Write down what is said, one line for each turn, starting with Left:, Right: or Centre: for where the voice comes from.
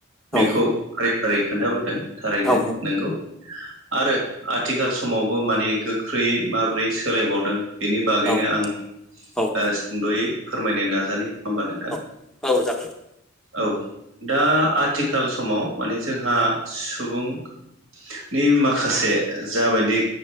Right: बेखौ
Centre: औ
Right: फारि फारि खोन्थाबोदों। थारैनो
Centre: औ
Right: नंगौ। आरो आथिखाल समावबो माने गोख्रैयै माबोरै सोलायबावदों बेनि बागैनो
Centre: औ
Right: आं
Centre: औ
Right: ओ सुंद'यै फोरमायनो नाजानि नङा होमबा नोंथां।
Centre: औ औ जागोन।
Right: औ दा आथिखाल समाव माने जोंहा सुबुं नि माखासे ओ जाबायदि